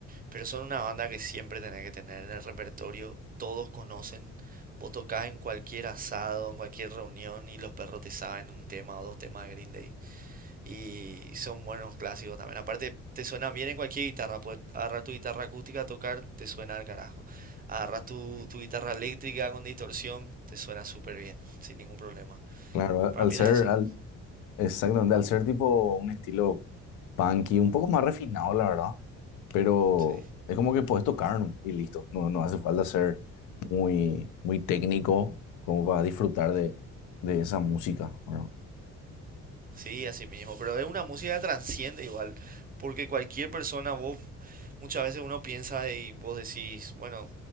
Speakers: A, on the right (about 30°); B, on the left (about 80°).
A: Pero son una banda que siempre tenés que tener en el repertorio. Todos conocen. Vos tocás en cualquier asado, en cualquier reunión y los perros te saben un tema o dos temas de Green Day. Y son buenos clásicos también. Aparte, te suenan bien en cualquier guitarra. Puedes agarrar tu guitarra acústica a tocar, te suena al carajo. Agarras tu, tu guitarra eléctrica con distorsión, te suena súper bien, sin ningún problema.
B: Claro, a-
A: Para
B: al
A: mí
B: ser,
A: también son...
B: al, exactamente, al ser tipo un estilo punky, un poco más refinado, la verdad. Pero
A: Sí,
B: es como que puedes tocar nomás y listo. No, no hace falta ser muy, muy técnico como para disfrutar de, de esa música, ¿verdad?
A: sí, así mismo. Pero es una música que trasciende igual. Porque cualquier persona, vos muchas veces uno piensa y vos decís, bueno,